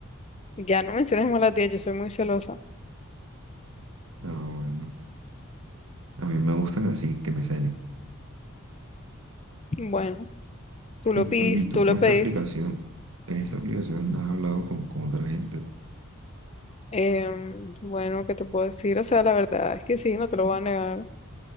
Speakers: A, on the left; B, on the right.
A: Ya no menciones más las diez yo soy muy celosa.
B: No, bueno, a mí me gustan así, que me celen.
A: Bueno, tú lo
B: Y,
A: pediste,
B: oye, ¿y tú
A: tú lo
B: con esta
A: pediste.
B: aplicación, en esta aplicación no has hablado con, con otra gente,
A: Em, bueno, ¿qué te puedo decir? O sea, la verdad es que sí, no te lo voy a negar.